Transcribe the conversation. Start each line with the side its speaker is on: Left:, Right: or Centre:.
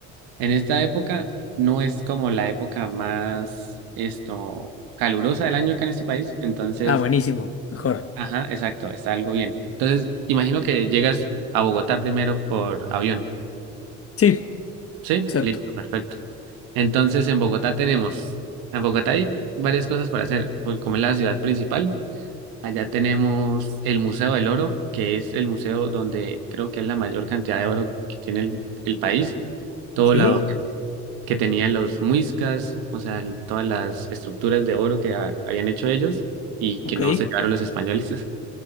Right: En esta época no es como la época más esto calurosa del año acá en este país, entonces,
Left: Ah, buenísimo, mejor.
Right: ajá, exacto, está algo bien. Entonces, imagino que llegas a Bogotá primero por avión.
Left: Sí,
Right: Sí,
Left: exacto.
Right: listo, perfecto. Entonces, en Bogotá tenemos, en Bogotá hay varias cosas para hacer, porque como es la ciudad principal, allá tenemos el Museo del Oro, que es el museo donde creo que es la mayor cantidad de oro que tiene el, el país. Todo
Left: ¿Qué?
Right: lo que tenían los muiscas, o sea, el- todas las estructuras de oro que ha- habían hecho ellos y que
Left: Ok.
Right: no se llevaron los españoles, <laughs>